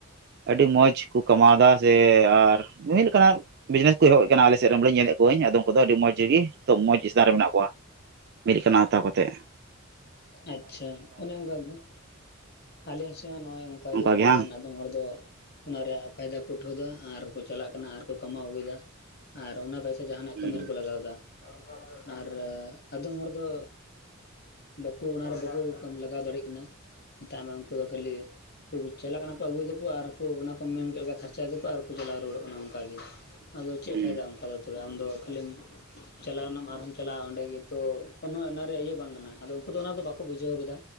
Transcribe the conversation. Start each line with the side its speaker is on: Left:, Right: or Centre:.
Right: ᱟᱹᱰᱤ ᱢᱚᱸᱡᱽ ᱠᱩ ᱠᱟᱢᱟᱣᱫᱟ ᱥᱮ ᱟᱨ ᱢᱤᱢᱤᱫ ᱞᱮᱠᱟᱱᱟᱜ ᱵᱤᱡᱽᱱᱮᱥ ᱠᱚ ᱮᱦᱚᱵ ᱮᱫ ᱠᱟᱱᱟ᱾ᱟᱞᱮᱥᱮᱫ ᱨᱮᱱ ᱵᱚᱞᱮ ᱧᱮᱞᱮᱫ ᱠᱚᱣᱟᱧ ᱟᱫᱚᱢ ᱠᱚᱫᱚ ᱟᱹᱰᱤ ᱢᱚᱸᱡᱽ ᱜᱮᱜᱚ ᱮᱠᱫᱚᱢ ᱢᱚᱸᱡᱽ ᱮᱥᱛᱷᱟᱱ ᱨᱮ ᱢᱮᱱᱟᱜ ᱠᱚᱣᱟ᱾ ᱢᱤᱫ ᱞᱮᱠᱟᱱᱟᱜ ᱦᱟᱛᱟᱣ ᱠᱟᱛᱮ
Left: ᱟᱪᱪᱷᱟ ᱚᱱᱮ ᱚᱱᱠᱟ ᱜᱮ ᱟᱞᱮ ᱥᱮᱫ ᱦᱚᱸ ᱱᱚᱜ- ᱚᱭ ᱚᱱᱠᱟᱜᱮ
Right: ᱚᱱᱠᱟ
Left: ᱟᱹᱰᱤ
Right: ᱜᱮ ᱵᱟᱝ
Left: ᱜᱟᱱ ᱟᱫᱚᱢ ᱦᱚᱲ ᱫᱚ ᱚᱱᱟ ᱨᱮᱭᱟᱜ ᱯᱷᱟᱭᱫᱟ ᱠᱚ ᱩᱴᱷᱟᱹᱣᱫᱟ ᱟᱨᱠᱚ ᱪᱟᱞᱟᱜ ᱠᱟᱱᱟ ᱟᱨ ᱠᱚ ᱠᱟᱢᱟᱣ ᱟᱹᱜᱩᱭ ᱫᱟ᱾ ᱟᱨ ᱚᱱᱟ ᱯᱚᱭᱥᱟ ᱡᱟᱦᱟᱱᱟᱜ
Right: ᱦᱮᱸ
Left: ᱠᱟᱹᱢᱤ ᱨᱮᱠᱚ ᱞᱟᱜᱟᱣ ᱫᱟ ᱟᱨ ᱟᱫᱚᱢ ᱦᱚᱲ ᱫᱚ ᱵᱟᱠᱚ ᱚᱱᱟᱨᱮ ᱵᱟᱠᱚ ᱞᱟᱜᱟᱣ ᱫᱟᱲᱮᱜ ᱠᱟᱱᱟ᱾ ᱢᱮᱛᱟᱜ ᱢᱮ ᱩᱱᱠᱩ ᱫᱚ ᱠᱷᱟᱹᱞᱤ ᱠᱩ ᱪᱟᱞᱟ ᱠᱟᱱᱟ ᱠᱚ ᱟᱜᱩᱭ ᱫᱟᱠᱚ ᱟᱨ ᱠᱚ ᱚᱱᱟ ᱠᱚ ᱢᱮᱱ ᱠᱮᱫ ᱞᱮᱠᱟ ᱠᱷᱟᱨᱪᱟᱭ ᱮᱫᱟᱠᱚ ᱟᱨᱠᱚ ᱪᱟᱞᱟᱣ ᱨᱩᱣᱟᱹᱲᱚᱜ ᱠᱟᱱᱟ ᱚᱱᱠᱟᱜ ᱜᱮ ᱟᱫᱚ ᱪᱮᱫ
Right: ᱦᱮᱸ
Left: ᱯᱷᱟᱭᱫᱟ ᱚᱱᱠᱟ ᱫᱚ ᱛᱚᱵᱮ ᱟᱢᱫᱚ ᱠᱷᱟᱹᱞᱤᱢ ᱪᱟᱞᱟᱣᱱᱟ ᱟᱨᱦᱚᱢ ᱪᱟᱞᱟᱜᱼᱟ ᱚᱸᱰᱮ ᱜᱮ ᱛᱚ ᱠᱚᱱᱚ ᱮᱱᱟ ᱨᱮᱭᱟᱜ ᱤᱭᱟᱹ ᱵᱟᱝ ᱠᱟᱱᱟ ᱟᱫᱚ ᱩᱱᱠᱩ ᱫᱚ ᱚᱱᱟ ᱫᱚ ᱵᱟᱠᱚ ᱵᱩᱡᱷᱟᱹᱣ ᱠᱟᱫᱟ